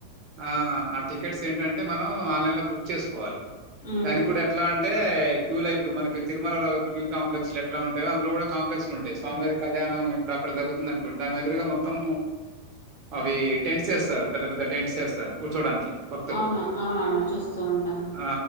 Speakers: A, on the right; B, on the left.
A: ఆ ఆ టికెట్స్ ఏంటంటే మనం ఆన్లైన్లో బుక్ చేసుకోవాలి
B: ఉహు
A: దానికి కూడా ఎట్లా అంటే క్యూలో ఇప్పుడు మన తిరుమల క్యూ కాంప్లెక్స్ ఎట్లా ఉంటాయో అందులో కాప్లెక్స్ అన్ని ఉంటాయి స్వామివారి కళ్యాణం ఇప్పుడు అక్కడ జరుగుతుంది అనుకోంట దాని ఎదురుగా మొత్తం అవి టెంట్స్ వేస్తారు పెద్ద పెద్ద టెంట్స్ వేస్తారు కూర్చోడానికి భక్తులు
B: అవునా అవునను చూస్తూ ఉంటాను
A: ఆ